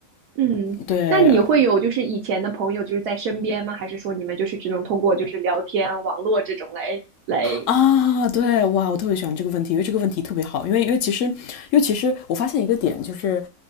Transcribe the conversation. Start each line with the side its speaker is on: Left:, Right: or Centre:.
Right: 嗯，
Left: 对，
Right: 那你会有就是以前的朋友就是在身边吗？还是说你们就是只能通过就是聊天啊、网络这种来来？
Left: 啊，对，哇，我特别喜欢这个问题，因为这个问题特别好，因为因为其实，因为其实我发现一个点就是。